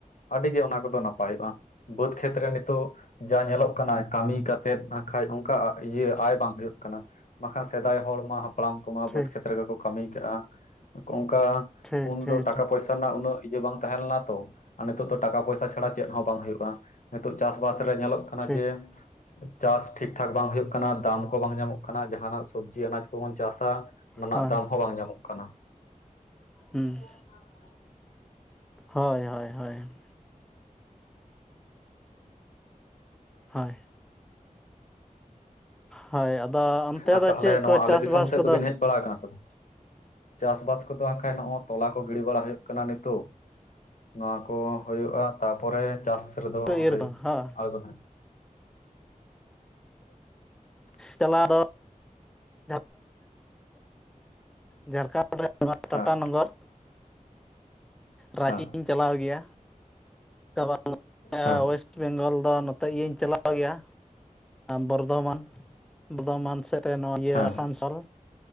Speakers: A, on the left; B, in the centre.
A: ᱟᱹᱰᱤ ᱜᱮ ᱚᱱᱟ ᱠᱚᱫᱚ ᱱᱟᱯᱟᱭᱚᱜᱼᱟ ᱵᱟᱹᱫᱽ ᱠᱷᱮᱛᱨᱮ ᱱᱤᱛᱚᱜ ᱡᱟ ᱧᱮᱞᱚᱜ ᱠᱟᱱᱟ ᱠᱟᱹᱢᱤ ᱠᱟᱛᱮᱜ ᱵᱟᱠᱷᱟᱡ ᱚᱱᱠᱟ ᱤᱭᱟᱹ ᱟᱭ ᱵᱟᱝ ᱦᱩᱭᱩᱜ ᱠᱟᱱᱟ ᱵᱟᱠᱷᱟᱱ ᱥᱮᱫᱟᱭ ᱦᱚᱲ ᱢᱟ ᱦᱟᱯᱲᱟᱢ ᱠᱚᱢᱟ
B: ᱴᱷᱤᱠ
A: ᱵᱟᱹᱫᱽ ᱠᱷᱮᱛᱨᱮ ᱜᱮᱠᱚ ᱠᱟᱹᱢᱤ ᱠᱟᱜᱼᱟ, ᱚᱱᱠᱟ
B: ᱴᱷᱤᱠ
A: ᱩᱱᱫᱚ
B: ᱴᱷᱤᱠ
A: ᱴᱟᱠᱟ
B: ᱴᱷᱤᱠ
A: ᱯᱚᱭᱥᱟ ᱨᱮᱱᱟᱜ ᱩᱱᱟᱹᱜ ᱤᱭᱟᱹ ᱵᱟᱝ ᱛᱟᱦᱮᱸ ᱞᱮᱱᱟ ᱛᱚ᱾ ᱟ ᱱᱤᱛᱚᱜ ᱫᱚ ᱴᱟᱠᱟ ᱯᱚᱭᱥᱟ ᱪᱷᱟᱰᱟ ᱪᱮᱜ ᱦᱚᱸ ᱵᱟᱝ ᱦᱩᱭᱩᱜᱼᱟ ᱱᱤᱛᱚᱜ ᱪᱟᱥᱼᱵᱟᱥ ᱨᱮ ᱧᱮᱞᱚᱜ ᱠᱟᱱᱟ
B: ᱴᱷᱤᱠ
A: ᱡᱮ ᱪᱟᱥ ᱴᱷᱤᱠ ᱴᱷᱟᱠ ᱵᱟᱝ ᱦᱩᱭᱩᱜ ᱠᱟᱱᱟ, ᱫᱟᱢ ᱠᱚ ᱵᱟᱝ ᱧᱟᱢᱚᱜ ᱠᱟᱱᱟ ᱡᱟᱦᱟᱸᱱᱟᱜ ᱥᱚᱵᱽᱡᱤ ᱟᱱᱟᱡᱽ ᱠᱚᱵᱚᱱ ᱪᱟᱥᱟ ᱚᱱᱟ
B: ᱦᱳᱭ
A: ᱨᱮᱱᱟᱜ ᱫᱟᱢ ᱦᱚᱸ ᱵᱟᱝ ᱧᱟᱢᱚᱜ ᱠᱟᱱᱟ ᱾
B: ᱦᱩᱸ
A: <inaudible>
B: ᱦᱳᱭ ᱦᱳᱭ ᱦᱳᱭ ᱾ ᱦᱳᱭ ᱦᱳᱭ ᱟᱫᱚ ᱚᱱᱛᱮ
A: ᱟ
B: ᱫᱚ
A: ᱛᱟᱦᱞᱮ
B: ᱪᱮᱫ
A: ᱱᱚᱣᱟ
B: ᱠᱚ
A: ᱟᱞᱮ
B: ᱪᱟᱥᱵᱟᱥ
A: ᱫᱤᱥᱚᱢ ᱥᱮᱫ
B: ᱠᱚᱫᱚ
A: ᱫᱚᱵᱤᱱ ᱦᱮᱡ ᱵᱟᱲᱟ ᱟᱠᱟᱱᱟ ᱥᱮ ᱵᱟᱝ? ᱪᱟᱥ ᱵᱟᱥ ᱠᱚᱫᱚ ᱵᱟᱠᱷᱟᱡ ᱱᱚᱜᱼᱚᱭ ᱛᱚᱞᱟ ᱠᱚ ᱜᱤᱲᱤ ᱵᱟᱲᱟ ᱦᱩᱭᱩᱜ ᱠᱟᱱᱟ ᱱᱤᱛᱚᱜ, ᱱᱚᱣᱟ ᱠᱚ ᱦᱩᱭᱩᱜᱼᱟ ᱛᱟᱯᱚᱨᱮ ᱪᱟᱥ ᱨᱮᱫᱚ <unintelligible> <unintelligible>
B: ᱤᱨ ᱠᱚ ᱦᱚᱸ
A: <inaudible>
B: ᱪᱟᱞᱟ <unintelligible> <unintelligible> ᱡᱷᱟᱲᱠᱷᱚᱸᱰ ᱨᱮᱱᱟᱜ <unintelligible> ᱴᱟᱴᱟ
A: ᱦᱮᱸ
B: ᱱᱚᱜᱚᱨ ᱨᱟᱸᱪᱤᱧ
A: ᱦᱮᱸ
B: ᱪᱟᱞᱟᱣ ᱜᱮᱭᱟ <unintelligible>
A: ᱦᱮᱸ
B: <unintelligible> ᱵᱮᱝᱜᱚᱞ ᱫᱚ ᱱᱚᱛᱮ ᱤᱭᱟᱹᱧ ᱪᱟᱞᱟᱣ ᱜᱮᱭᱟ, ᱵᱚᱨᱫᱚᱢᱟᱱ ᱵᱚᱨᱫᱚᱢᱟᱱ ᱥᱮ <unintelligible> <unintelligible> ᱱᱚᱣᱟ ᱤᱭᱟᱹ
A: ᱦᱮᱸ
B: ᱟᱥᱟᱱᱥᱳᱞ